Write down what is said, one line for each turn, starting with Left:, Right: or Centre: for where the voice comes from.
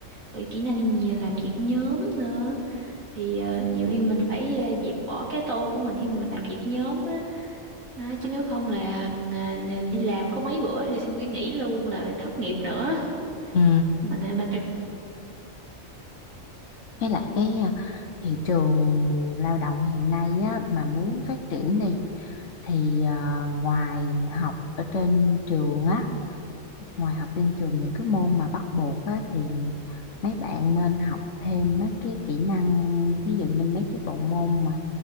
Right: rồi kỹ năng nhiều làm việc nhóm nữa thì à, nhiều khi mình phải à, dẹp bỏ cái tôi của mình khi mà mình làm việc nhóm á Đó, chứ nếu không là à, đi làm có mấy bữa thì xong cái nghỉ luôn là thất nghiệp nữa
Left: ừ
Right: mình mình
Left: với lại cái à, thị trường lao động hiện nay á, mà muốn phát triển đi thì à, ngoài học ở trên trường á ngoài học trên trường những cái môn mà bắt buộc á thì mấy bạn nên học thêm mấy cái kỹ năng thí dụ như mấy cái bộ môn mà